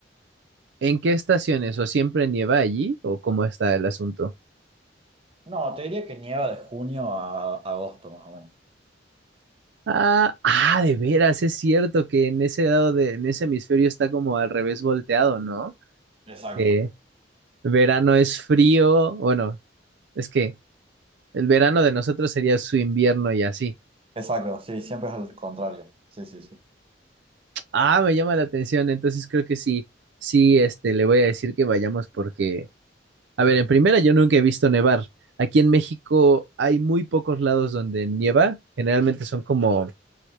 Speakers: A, on the right; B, on the right.
A: ¿en qué estaciones? ¿O siempre nieva allí? ¿O cómo está el asunto?
B: No, te diría que nieva de junio a agosto, más o menos.
A: Ah, ah, de veras, es cierto que en ese lado de, en ese hemisferio está como al revés volteado, ¿no?
B: Exacto.
A: Que verano es frío, bueno, es que el verano de nosotros sería su invierno y así.
B: Exacto, sí, siempre es al contrario. Sí, sí, sí.
A: Ah, me llama la atención, entonces creo que sí, sí, este, le voy a decir que vayamos porque A ver, en primera yo nunca he visto nevar. Aquí en México hay muy pocos lados donde nieva. Generalmente son como